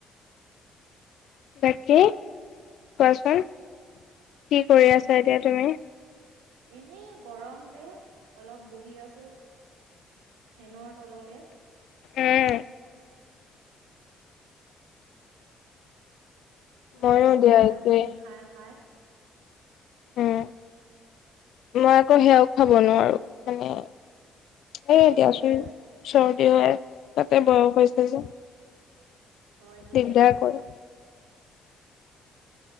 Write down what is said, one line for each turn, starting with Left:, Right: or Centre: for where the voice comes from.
Left: বাকী কোৱাচোন কি কৰি
Right: উম
Left: আছা এতিয়া তুমি
Right: এনেই গৰম যে অলপ বহি আছো ফেনৰ তলতে
Left: আহ
Right: অলপমান
Left: ময়ো দিয়া
Right: ঠাণ্ডা
Left: একেই
Right: পানী খাই খাই
Left: উম মই আকৌ সেয়াও খাব নোৱাৰো মানে স
Right: চৰ্দি
Left: দিয়াচোন
Right: হৈ আছে
Left: চৰ্দি হয় তাতে বয়স হৈছে যে
Right: হয় দিয়ক
Left: দিগদাৰ কৰে